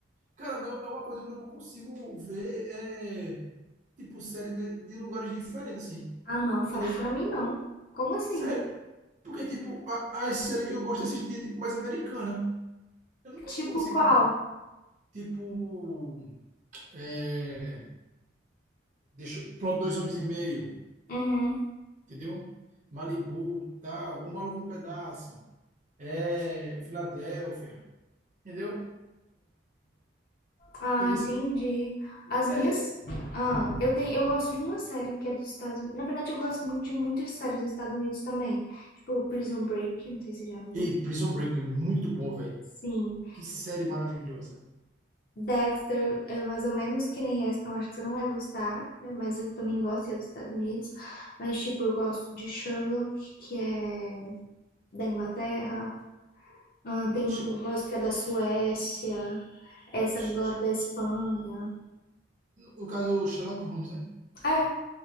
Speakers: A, on the right; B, on the left.
A: Caramba, é é uma coisa que eu não consigo ver. É... tipo, série de, de lugares diferentes, assim,
B: Ah, não, fala
A: entendeu?
B: isso pra mim não. Como assim?
A: Sério. Porque, tipo, a- as séries que eu gosto de assistir é, tipo, mais americana. Eu nunca
B: Tipo
A: consigo,
B: qual?
A: tipo, é, deixa, eu- pronto, dois homens e meio,
B: Uhum.
A: entendeu? Malibu, tal, o Maluco no Pedaço, é, Filadélfia, entendeu?
B: Ah,
A: Entendeu?
B: entendi.
A: esse-
B: As minhas.
A: É,
B: Ah, eu tenho, eu gosto de uma série que é dos Estados Unidos. Na verdade, eu gosto muito de muitas séries dos Estados Unidos também. Tipo Prison Break, não sei se você já viu.
A: e Prison Break, é muito bom, velho.
B: Sim.
A: Que série maravilhosa.
B: Dexter, é mais ou menos que nem essa, então acho que você não vai gostar, né? Mas eu também gosto, e é dos Estados Unidos. Mas, tipo, eu gosto de Sherlock, que é da Inglaterra. Ah, tem
A: Sh-
B: uma que eu gosto que é da Suécia. Essa
A: sh-
B: agora
A: sh-
B: da Espanha.
A: No caso, Sherlock Holmes, né?
B: É,